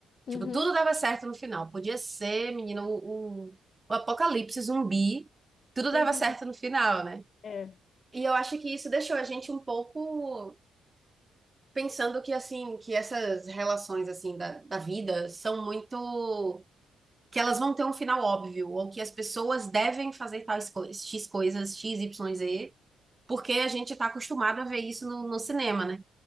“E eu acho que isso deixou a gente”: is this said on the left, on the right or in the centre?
Right